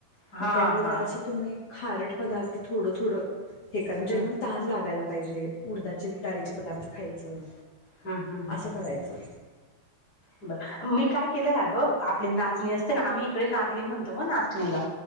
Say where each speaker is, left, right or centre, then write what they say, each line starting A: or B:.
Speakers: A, on the left (about 25°); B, on the left (about 65°).
A: हा
B: मग त्यावेळी
A: हा
B: जरा असं तुम्ही खारड पदार्थ थोडं थोडं हे कारण जरी
A: हा
B: मग बघायला पाहिजे उडदाचे डाळीचे पदार्थ खायचं
A: हा हा हा
B: असं करायचं
A: बर मी काय केलंय अ गं आपली नाचणी असते ना आम्ही तडे नागली म्हणत म नाचणीला